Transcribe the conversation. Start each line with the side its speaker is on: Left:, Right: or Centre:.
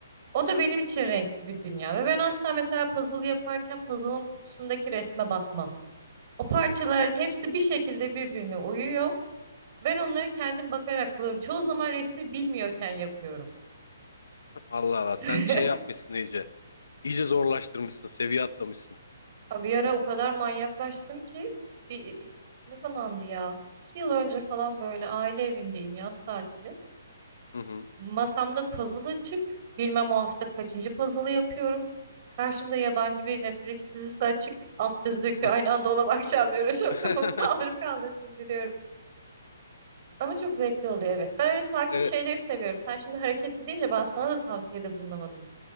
Right: O da benim için renkli bir dünya. Ve ben asla mesela puzzle yaparken puzzle'ın kutusundaki resme bakmam. O parçaların hepsi bir şekilde birbirine uyuyor. Ben onları kendim bakarak buluyorum. Çoğu zaman resmi bilmiyorken yapıyorum.
Left: Allah Allah sen
Right: <laughs>
Left: şey yapmışsın iyice. İyice zorlaştırmışsın, seviye atlamışsın.
Right: Abi Bir ara o kadar manyaklaştım ki bir ne zamandı ya? İki yıl önce falan böyle aile evindeyim yaz tatili.
Left: Hı hı.
Right: Masamda puzzle açık. Bilmem o hafta kaçıncı puzzle yapıyorum. Karşımda yabancı bir Netflix dizisi açık. Alt düz döküyor.
Left: <laughs>
Right: Aynı anda ona bakacağım diye uğraşıyorum.
Left: <laughs>
Right: <laughs> Kafamı kaldırıp kaldırıp indiriyorum. Ama çok zevkli oluyor evet. Ben öyle sakin
Left: E,
Right: şeyleri seviyorum. Sen şimdi hareketli deyince ben sana da tavsiyede bulunamadım.